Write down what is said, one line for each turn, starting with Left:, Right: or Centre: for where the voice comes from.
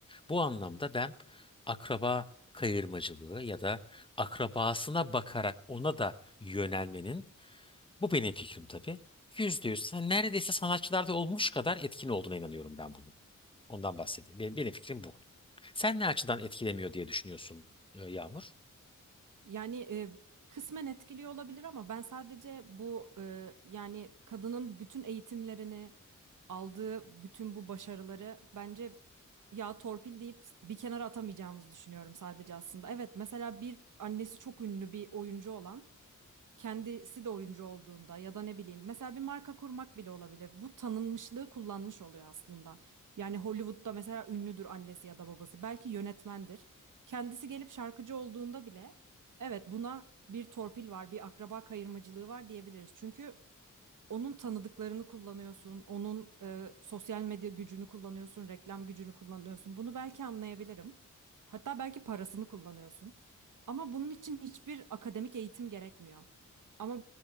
Left: Bu anlamda ben akraba kayırmacılığı ya da akrabasına bakarak ona da yönelmenin, bu benim fikrim tabii, yüzde yüz sa- neredeyse sanatçılarda olmuş kadar etkin olduğuna inanıyorum ben bunun. Ondan bahsedeyim. Benim, benim fikrim bu. Sen ne açıdan etkilemiyor diye düşünüyorsun e, Yağmur?
Right: Yani e, kısmen etkiliyor olabilir ama ben sadece bu e, yani kadının bütün eğitimlerini aldığı bütün bu başarıları bence ya torpil deyip bir kenara atamayacağımızı düşünüyorum sadece aslında. Evet mesela bir annesi çok ünlü bir oyuncu olan kendisi de oyuncu olduğunda ya da ne bileyim mesela bir marka kurmak bile olabilir. Bu tanınmışlığı kullanmış oluyor aslında. Yani Hollywood'da mesela ünlüdür annesi ya da babası. Belki yönetmendir. Kendisi gelip şarkıcı olduğunda bile evet buna bir torpil var, bir akraba kayırmacılığı var diyebiliriz. Çünkü onun tanıdıklarını kullanıyorsun, onun e, sosyal medya gücünü kullanıyorsun, reklam gücünü kullanıyorsun. Bunu belki anlayabilirim. Hatta belki parasını kullanıyorsun. Ama bunun için hiçbir akademik eğitim gerekmiyor. Ama